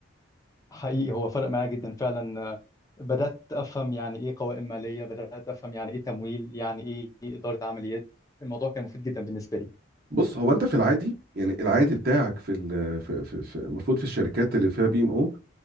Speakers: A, on the left (about 20°); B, on the right (about 50°).
A: حقيقي هو فرق معايا جدا فعلا بدات افهم يعني ايه قوائم ماليه بدات افهم يعني ايه تمويل يعني ايه اداره عمليات الموضوع كان مفيد جدا بالنسبه لي
B: بص هو انت في العادي يعني العادي بتاعك في ال- في في في- المفروض في الشركات اللي فيها بي ام او